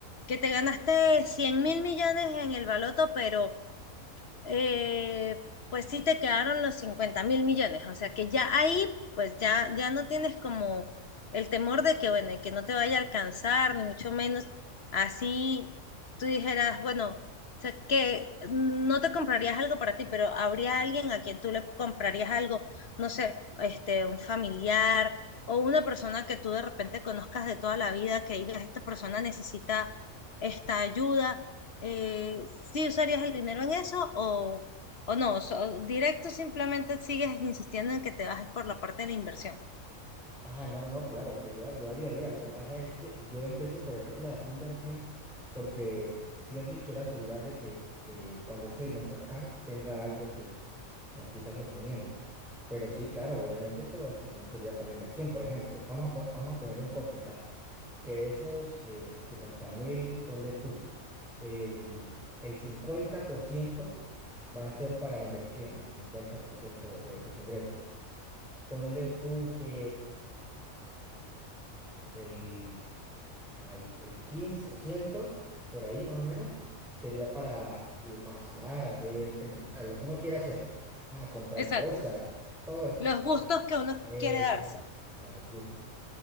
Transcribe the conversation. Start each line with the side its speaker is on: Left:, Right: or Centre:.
Left: que te ganaste cien mil millones en el baloto, pero eh, pues sí te quedaron los cincuenta mil millones. O sea que ya ahí, pues ya, ya no tienes como el temor de que, bueno, y que no te vaya a alcanzar, ni mucho menos. Así tú dijeras, bueno, o sea, que no te comprarías algo para ti, pero habría alguien a quien tú le comprarías algo, no sé, este, un familiar o una persona que tú de repente conozcas de toda la vida, que digas, esta persona necesita esta ayuda eh, ¿sí usarías el dinero en eso o, o no? So- directo simplemente sigues insistiendo en que te bajes por la parte de la inversión.
Centre: Ah, no, no, no, claro, que yo, yo ayudaría. Lo que pasa es que yo empiezo por ahí, por la inversión porque sí o sí quiero asegurar de que eh, cuando ese dinero acá tenga algo que me siga sosteniendo. Pero sí, claro, obviamente todo no sería para la inversión. Por ejemplo, vamos a, po- vamos a poner un porcentaje, que de esos eh, 50 mil, ponle tú, el, el 50% va a ser para inversión, el 50% de esos ingresos. Ponle tú que el, ay, el quince por ciento por ahí más o menos sería para eh, pasear, hacer pendejadas, lo que uno quiera hacer. Ajá, comprar
Left: Exacto.
Centre: cosas, todo eso.
Left: Los gustos que uno
Centre: Eso,
Left: quiere darse.
Centre: ajá, les gusta.